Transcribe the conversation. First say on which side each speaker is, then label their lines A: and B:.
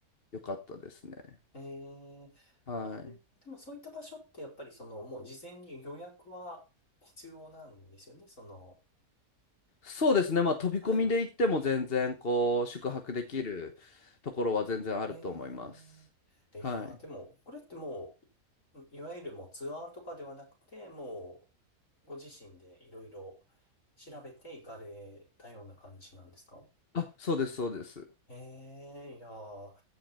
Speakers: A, on the left (about 40°); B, on the left (about 60°).
A: 良かったですね。
B: ええあ、
A: はい。
B: でもそういった場所ってやっぱりそのもう事前に予約は必要なんですよね。その、
A: そうですね。まあ、飛び込みで行っても全然こう、
B: はい。
A: 宿泊できるところは全然あると思います。
B: あ、ええいやー、
A: はい。
B: でもこれってもう、いわゆるもうツアーとかではなくて、もうご自身でいろいろ調べて行かれたような感じなんですか
A: あ、そうです、そうです。
B: ええいやー、